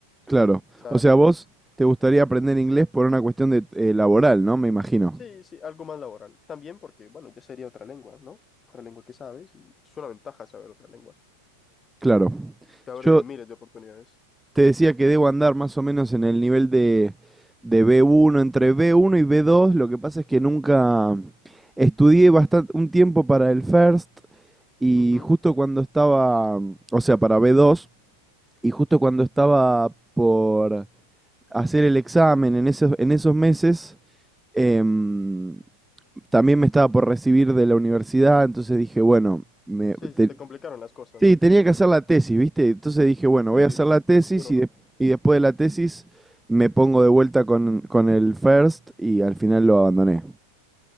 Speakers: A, in the centre; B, on the left.
A: Claro.
B: Esa
A: O
B: área.
A: sea, vos te gustaría aprender inglés por una cuestión de, eh, laboral, ¿no? Me imagino.
B: Sí, sí, algo más laboral. También porque, bueno, ya sería otra lengua, ¿no? Otra lengua que sabes y es una ventaja saber otra lengua.
A: Claro.
B: Te abre
A: Yo
B: miles de oportunidades.
A: te decía que debo andar más o menos en el nivel de, de b uno entre b uno y b dos. Lo que pasa es que nunca estudié bastante un tiempo para el First y
B: Ujú.
A: justo cuando estaba, o sea, para b dos y justo cuando estaba por hacer el examen en esos, en esos meses. em, también me estaba por recibir de la universidad, entonces dije, bueno, me,
B: Sí, se
A: te-
B: te complicaron las cosas,
A: sí,
B: ¿no?
A: tenía que hacer la tesis, ¿viste? Entonces dije, bueno,
B: Es
A: voy a hacer la tesis
B: muy duro,
A: y,
B: ¿no?
A: de- y después de la tesis me pongo de vuelta con, con el first y al final lo abandoné.